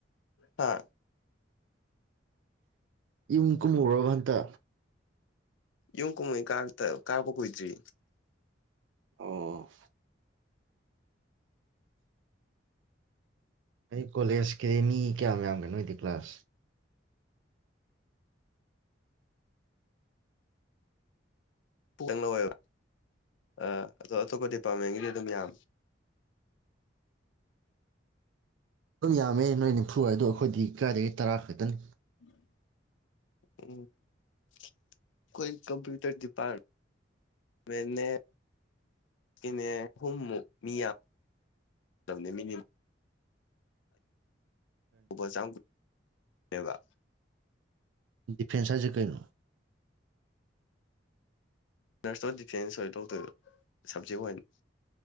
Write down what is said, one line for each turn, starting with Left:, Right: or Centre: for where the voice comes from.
Left: ꯍꯥ
Right: ꯏꯨꯨꯡ ꯀꯨꯝꯃꯔꯕꯕꯟꯗ
Left: ꯌꯨꯝ ꯀꯨꯝꯍꯩ ꯀꯥꯄ ꯀꯨꯏꯗ꯭ꯔꯤ
Right: ꯑꯣ ꯑꯩ ꯀꯣꯂꯦꯖꯀꯤꯗꯤ ꯃꯤ ꯀꯌꯥꯝ ꯌꯥꯝꯒꯅꯣꯗꯤ ꯀ꯭ꯂꯥꯁ
Left: ꯄꯪ ꯂꯧꯋꯦꯕ ꯑ ꯑꯗꯣ ꯑꯇꯣꯞꯄ ꯗꯤꯄꯥꯔꯠꯃꯦꯟꯒꯤꯗꯤ ꯑꯗꯨꯝ ꯌꯥꯝꯃꯦ
Right: ꯑꯗꯨꯝ ꯌꯥꯝꯃꯦ ꯅꯣꯏ ꯅꯤꯝꯐꯨ ꯑꯣꯏ ꯑꯗꯣ ꯑꯩꯈꯣꯏꯗꯤ ꯀꯥꯏꯔꯤꯗꯒꯤ ꯇꯔꯥ ꯈꯛꯇꯅꯤ
Left: ꯎꯝ ꯎꯝ ꯑꯩꯈꯣꯏ ꯀꯝꯄ꯭ꯌꯨꯇꯔ ꯗꯤꯄꯥꯔꯠꯄꯥꯔꯃꯦꯟꯅꯦꯅꯦ ꯑꯍꯨꯝꯃꯨꯛ ꯃꯤ ꯌꯥꯝꯅꯦꯅꯤ ꯁ ꯀꯕ
Right: ꯗꯤꯐꯦꯟꯁꯁꯦ ꯀꯩꯅꯣ
Left: ꯅꯔꯁ ꯑꯣꯐ ꯗꯤꯐꯦꯟꯁ ꯑꯣꯏ ꯗꯣꯛꯇꯔ ꯁꯕꯖꯦꯛ ꯑꯣꯏꯅꯅꯤ